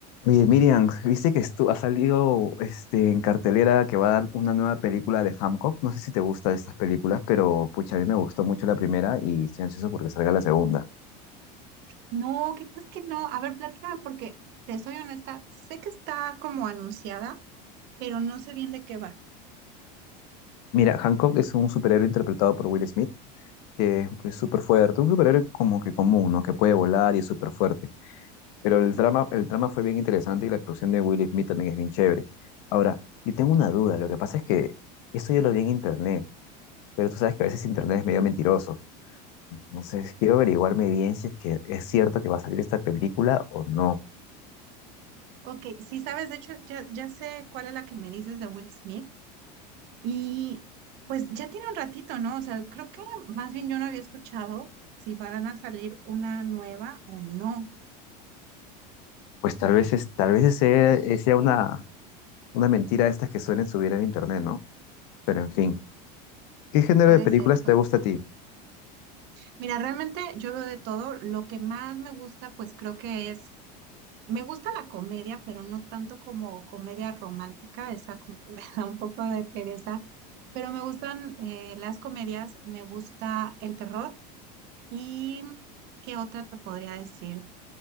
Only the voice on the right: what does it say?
No, ¿qué crees que no? A ver, platícame porque te soy honesta, sé que está como anunciada, pero no sé bien de qué va.
Ok, sí sabes, de hecho ya, ya sé cuál es la que me dices de Will Smith y pues ya tiene un ratito, ¿no? O sea, creo que más bien yo no había escuchado si van a salir una nueva o no.
Puede
ser, puede
ser.
Mira, realmente yo veo de todo. Lo que más me gusta, pues creo que es Me gusta la comedia, pero no tanto como comedia romántica, esa como que <laughs> me da un poco de pereza, pero me gustan eh, las comedias, me gusta el terror y ¿qué otra te podría decir?